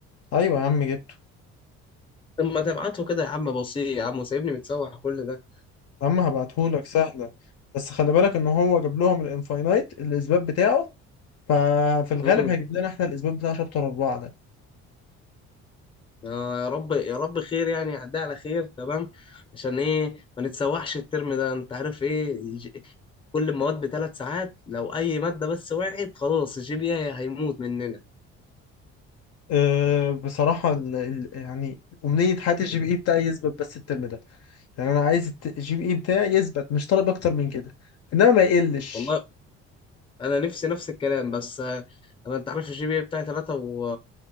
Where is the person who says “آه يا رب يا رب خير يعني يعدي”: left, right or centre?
Left